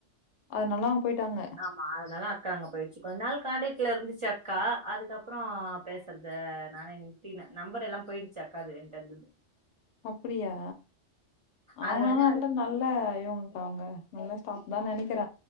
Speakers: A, on the left; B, on the right.
A: அதுநால்ல அவுங்க போய்ட்டாங்க
B: அதனால அக்கா அங்க போயிச்சு கொஞ்ச நாள் காண்டக்ட்ல இருந்துச்சு அக்கா அதுக்கப்றோ பேசுறத நானே நித்தின நம்பர் எல்லா போயிடுச்சு அக்காது என்டந்துது
A: அப்டியா அவ
B: அது வந்து
A: ஆனா நல்ல யோகோக்கா அங்க நல்லா ஸாடாஃப் தா நெனக்கிற